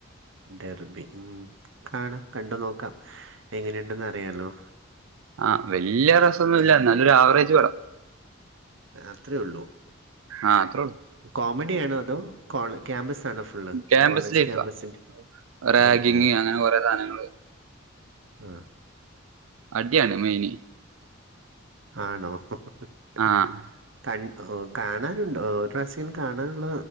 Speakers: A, on the right; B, on the right.
A: ഡർബി ഉം കാണാം കണ്ടു നോക്കാം എങ്ങനെയുണ്ടെന്ന് അറിയാലോ
B: ആഹ് വല്യ രസൊന്നുല്ലന്നാല്ലൊരു ആവറേജ് പടം
A: ആ അത്രെഒള്ളൂ.
B: ആഹ അത്രോള്ളു.
A: കോമഡി ആണോ അതോ കോൾ ക്യാമ്പസാണോ ഫു ഉള്ള്
B: ക്യാമ്പസ്
A: കോളേജ്
B: ലൈഫാ
A: ക്യാമ്പസിന്റെ
B: റാഗിങ്
A: ഓ ഓഹ്.
B: അങ്ങനെ കൊറേ സാധനങ്ങള്
A: ആഹ്.
B: അടിയാണ് മെയ്ന്.
A: ആണോ ഹ്
B: ആഹ്
A: ഹ്. കൺ ഓ കാണാനുണ്ടൊ ഒരുറാഷ്യങ്കിലും കാണാനുള്ള